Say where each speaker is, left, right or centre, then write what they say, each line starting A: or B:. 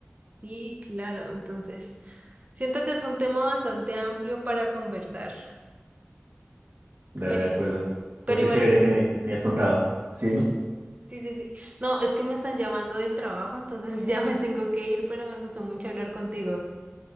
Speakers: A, on the right (about 40°); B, on the right (about 70°).
A: sí, claro, entonces siento que es un tema bastante amplio para conversar.
B: Dale,
A: Pero
B: de acuerdo. Pero
A: Pero
B: qué
A: igual,
B: chévere que me, me hayas contado. Sí, dime.
A: sí, sí, sí, sí. No, es que me están llamando del trabajo, entonces <laughs> ya me tengo que ir, pero me gustó mucho hablar contigo.